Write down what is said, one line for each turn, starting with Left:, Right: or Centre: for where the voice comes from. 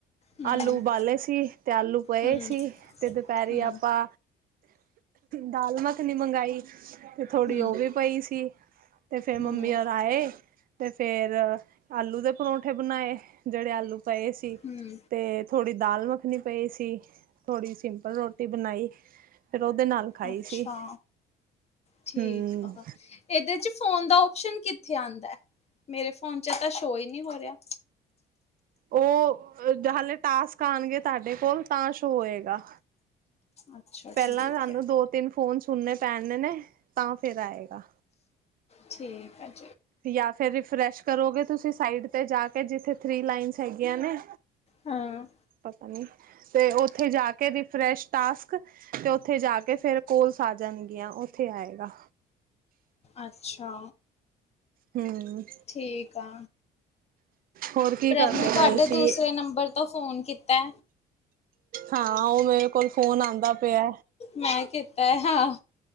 Left: ਹਮ
Right: ਆਲੂ ਉਬਾਲੇ ਸੀ ਤੇ ਆਲੂ ਪਏ
Left: ਹਮ
Right: ਸੀ ਤੇ ਦੁਪਹਿਰੀ
Left: ਹਮ
Right: ਆਪਾਂ ਦਾਲ ਮੱਖਣੀ ਮੰਗਾਈ ਤੇ ਥੋੜ੍ਹੀ
Left: ਹਮ
Right: ਉਹ ਵੀ ਪਈ ਸੀ। ਤੇ ਫੇਰ ਮੰਮੀ
Left: ਹਮ
Right: ਆਏ ਤੇ ਫੇਰ ਆਲੂ ਦੇ ਪਰੌਂਠੇ ਬਣਾਏ। ਜਿਹੜੇ ਆਲੂ ਪਏ ਸੀ
Left: ਹਮ
Right: ਤੇ ਥੋੜੀ ਦਾਲ ਮਖ ਰੱਖਣੀ ਪਈ ਸੀ ਥੋੜੀ ਸਿੰਪਲ ਰੋਟੀ ਬਣਾਈ। ਫੇਰ ਉਹਦੇ ਨਾਲ ਖਾਈ
Left: ਅੱਛਾ
Right: ਸੀ
Left: ਠੀਕ
Right: ਹੂੰ।
Left: ਆ ਇਹਦੇ ਚ ਫੋਨ ਦਾ ਸ਼ਨ ਕਿੱਥੇ ਆਉਂਦਾ ਮੇਰੇ ਫੋਨ ਚ ਤਾਂ ਸ਼ੋ ਹੀ ਨਹੀਂ ਹੋ ਰਿਹਾ।
Right: ਉਹ ਹਾਲੇ ਟਾਸਕ ਆਉਣਗੇ ਤੁਹਾਡੇ ਕੋਲ ਤਾਂ ਸ਼ ਹੋਏਗਾ।
Left: ਅੱਛਾ
Right: ਪਹਿਲਾਂ
Left: ਠੀਕ
Right: ਸਾਨੂੰ
Left: ਹੈ
Right: ਦੋ ਤਿੰਨ ਫੋਨ ਸੁਣਨੇ ਪੈਦੇ ਨੇ ਤਾਂ ਫੇਰ ਆਏਗਾ।
Left: ਠੀਕ ਹੈ ਜ।
Right: ਯ ਫਿਰ ਰਿਫ੍ਰੈਸ਼ ਕਰੋਗੇ ਤੁਸੀਂ ਸਾਈਡ ਤੇ ਜਾ ਕੇ ਜਿਥੇ ਥ੍ਰਰੀ ਲਾਈਨ ਹੈਗੀਆਂ ਨੇ।
Left: ਹਾਂ
Right: ਪਤਾ ਨੀ ਤੇ ਉੱਥੇ ਜਾ ਕੇ ਰਿਫਰੈਸ਼ ਟਾਸਕ ਤੇ ਉੱਥੇ ਜਾ ਕੇ ਫੇਰ ਕੋਲਸ ਆ ਜਾਣਗੀਆਂ ਉੱਥੇ ਆਏਗਾ।
Left: ਅੱਛਾ।
Right: ਹੂੰ
Left: ਠੀਕ ਆ।
Right: ਹੋਰ ਕੀ
Left: ਪ੍ਰਭ
Right: ਕਰਦੇ
Left: ਨੇ ਤੁਹਾਡੇ
Right: ਪਏ ਸੀ
Left: ਦੂਸਰੇ ਨੰਬਰ ਤੋਂ ਫੋਨ ਕੀਤਾ।
Right: ਹਾਂ ਉਹ ਮੇਰੇ ਕੋਲ ਫੋਨ ਆਉਂਦਾ ਪਿਆ।
Left: ਮੈਂ ਕੀਤਾ ਹੈ ਹਾਂ